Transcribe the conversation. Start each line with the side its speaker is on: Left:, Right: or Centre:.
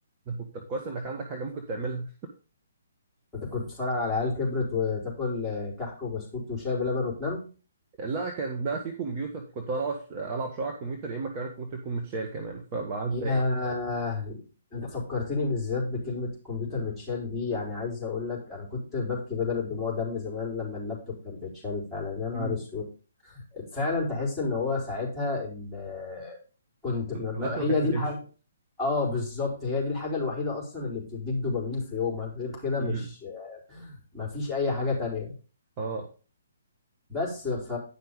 Right: أنا كنت طب كويس إنك عندك حاجة ممكن تعملها
Centre: أنت كنت بتتفرج على عيال كبرت وتاكل آه، كحك وبسكوت وشاي بلبن وتنام؟
Right: لا كان بقى في كمبيوتر كنت ألعب ألعب شوية على الكمبيوتر يا إما كمان الكمبيوتر يكون متشال كمان فبعد
Centre: ياه
Right: بقيت
Centre: انت فكرتني بالذات بكلمة الكمبيوتر متشال دي يعني عايز اقول لك انا كنت ببكي بدل الدموع دم زمان لما اللابتوب كان بيتشال فعلا يا نهار
Right: مم.
Centre: اسود فعلا تحس ان هو ساعتها ال- كنت م-
Right: الوقت
Centre: م- هي
Right: ما كانش بيمشي
Centre: دي الحاجة اه بالظبط هي دي الحاجة الوحيدة اصلا اللي بتديك دوبامين في يومك غير كده
Right: مم.
Centre: مش مفيش اي حاجة تانية
Right: اه
Centre: بس ف